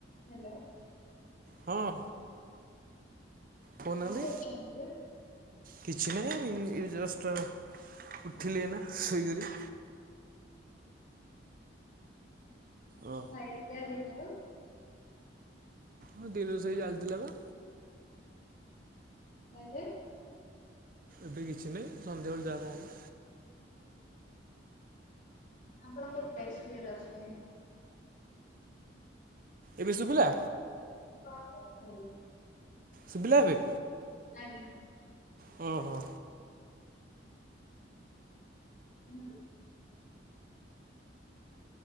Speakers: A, on the left; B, on the right.
A: Hello.
B: ହଁ। କହୁନାହାଁନ୍ତି?
A: କଣ କରୁଛନ୍ତି?
B: କିଛି ନାହିଁ ଜଷ୍ଟ ଉଠିଲି ଏନା ଶୋଇକରି। ଓ।
A: ଯୋଉ ଖାଇବା ପିଆ ଦିନ ତ
B: ହଁ ଦିରୁଷଇ ଜାଳିଥିଲାବା।
A: କହିଲ?
B: ଏବେ କିଛି ନାହିଁ ସଂଧ୍ୟାବେଳେ ଯାହା କଣ ହବ।
A: ଆପଣଙ୍କର ଭଏସ୍ କ୍ଲିଅର ଆସୁନି?
B: ଏବେ ଶୁଭିଲା।
A: ହଁ ହ ଭାଇ
B: ଶୁଭିଲା ଏବେ?
A: ଆଜ୍ଞା।
B: ହଁ ହଁ।
A: ନା।